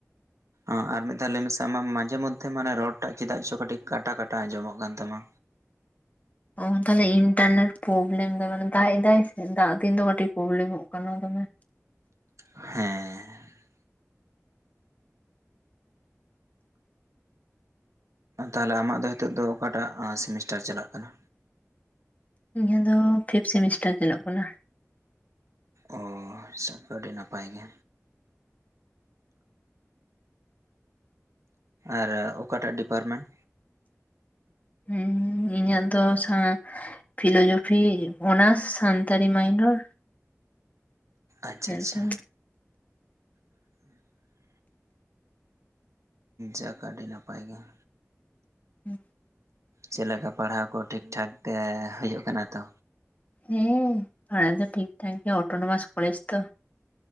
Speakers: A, on the right; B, on the left.
A: ᱟᱜ ᱟᱨ ᱢᱤᱫ ᱫᱷᱟᱣ ᱞᱟᱹᱭ ᱢᱮᱥᱮ ᱟᱢᱟᱜ ᱢᱟᱡᱷᱮ ᱢᱚᱫᱽᱫᱷᱮ ᱢᱟᱱᱮ ᱨᱚᱲ ᱴᱟᱜ ᱪᱮᱫᱟᱜ ᱪᱚ ᱠᱟᱹᱴᱤᱡ ᱠᱟᱴᱟ ᱠᱟᱴᱟ ᱟᱸᱡᱚᱢᱚᱜ ᱠᱟᱱ ᱛᱟᱢᱟ᱾
B: ᱚᱝᱠᱟ ᱫᱚ ᱤᱱᱴᱟᱨ ᱱᱮᱴ ᱯᱨᱚᱵᱞᱮᱢ ᱫᱟᱭ ᱢᱟᱱᱮ ᱫᱟᱜ ᱫᱟᱭ ᱥᱮ ᱫᱟᱜ ᱫᱤᱱ ᱫᱚ ᱠᱟᱹᱴᱤᱡ ᱯᱨᱚᱵᱞᱮᱢ-ᱚᱜ ᱠᱟᱱᱟ ᱫᱚᱢᱮ᱾
A: ᱦᱮᱸ, ᱛᱟᱦᱚᱞᱮ ᱟᱢᱟᱜ ᱫᱚ ᱱᱤᱛᱚᱜ ᱫᱚ ᱚᱠᱟᱴᱟᱜ ᱥᱮᱢᱤᱥᱴᱟᱨ ᱪᱟᱞᱟᱜ ᱠᱟᱱᱟ?
B: ᱤᱧᱟᱹᱜ ᱫᱚ ᱯᱷᱤᱯ ᱥᱮᱢᱤᱥᱴᱟᱨ ᱪᱟᱞᱚᱜ ᱠᱟᱱᱟ᱾
A: ᱚᱻ ᱥᱟᱵ ᱫᱚ ᱟᱹᱰᱤ ᱱᱟᱯᱟᱭ ᱜᱮ᱾ ᱟᱨ ᱚᱠᱟ ᱴᱟᱜ ᱰᱤᱯᱟᱨᱢᱮᱱᱴ?
B: ᱦᱩᱸ ᱤᱧᱟᱹᱜ ᱫᱚ ᱥᱟ- ᱯᱷᱤᱞᱳᱡᱚᱯᱷᱤ ᱚᱱᱟᱨᱥ ᱥᱟᱱᱛᱟᱲᱤ ᱢᱟᱭᱱᱚᱨ᱾
A: ᱟᱪᱪᱷᱟ
B: ᱢᱮᱱᱛᱤᱧ
A: ᱟᱪᱪᱷᱟ, <inaudible> ᱡᱟᱜ ᱟᱹᱰᱤ ᱱᱟᱯᱟᱭ ᱜᱮᱭᱟᱢ᱾
B: ᱦᱩᱸ
A: ᱪᱮᱫ ᱞᱮᱠᱟ ᱯᱟᱲᱦᱟᱣ ᱠᱚ ᱴᱷᱤᱠ-ᱴᱷᱟᱠ ᱛᱮ ᱦᱩᱭᱩᱜ ᱠᱟᱱᱟ ᱛᱚ?
B: ᱦᱮᱸ ᱯᱟᱲᱟᱭ ᱛᱚ ᱴᱷᱤᱠ ᱴᱷᱟᱠ ᱜᱮ ᱚᱴᱳᱱᱳᱢᱟᱥ ᱠᱚᱞᱮᱡᱽ ᱛᱚ᱾